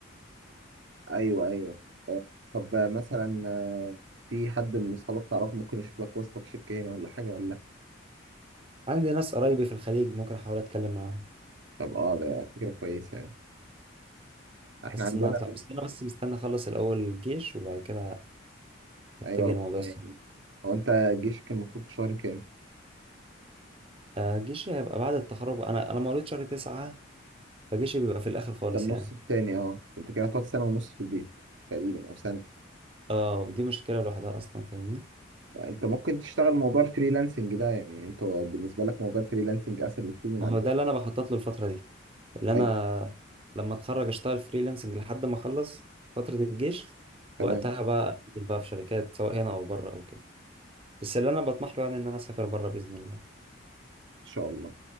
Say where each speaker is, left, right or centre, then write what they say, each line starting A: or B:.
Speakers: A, on the right; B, on the right.
A: ايوه ايوه آه، طب آه، مثلا آه، في حد من اصحابك تعرفه ممكن يشوف لك واسطه في شركه هنا ولا حاجه ولا لأ؟
B: عندي ناس قرايبي في الخليج ممكن احاول اتكلم معاهم
A: طب اه ده فكره كويسه يعني احنا
B: بس
A: عندنا
B: ان انا اطلع بس انا بس مستني اخلص الاول الجيش وبعد كده اتجه
A: ايوه ربنا
B: لموضوع
A: يعني
B: السفر
A: هو انت جيشك المفروض في شهر كام
B: آه جيشي هيبقى بعد التخرج انا انا مواليد شهر تسعة فجيشي بيبقى في الاخر خالص
A: ده النص
B: يعني
A: التاني اه انت كده هتقعد سنه ونص في البيت تقريبا او سنه
B: اه ودي مشكله لوحدها اصلا فاهمني
A: يعني انت ممكن تشتغل موضوع الفريلانسنج ده يعني انت بالنسبه لك موضوع الفريلانسنج اسهل بكتير من
B: ما
A: عندك
B: هو ده اللي انا بخطط له الفتره دي اللي انا
A: ايوه
B: لما اتخرج اشتغل فريلانسنج لحد ما اخلص فتره الجيش
A: تمام
B: وقتها
A: ان
B: بقى أقدم بقى في شركات سواء هنا او بره او كده بس اللي انا بطمح له يعني ان انا اسافر بره باذن الله
A: شاء الله